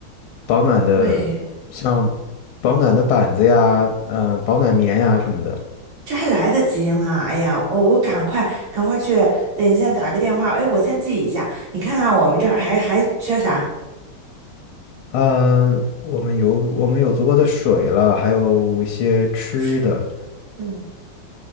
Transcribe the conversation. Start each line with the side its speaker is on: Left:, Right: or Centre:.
Left: 保暖的像
Right: 对。
Left: 保暖的板子呀，嗯、保暖棉呀什么的。
Right: 这还来得及吗？哎呀，我我赶快赶快去，等一下打个电话。哎，我先记一下，你看看我们这儿还还缺啥？
Left: 嗯、我们有我们有足够的水了，还有一些吃的。
Right: 是，嗯，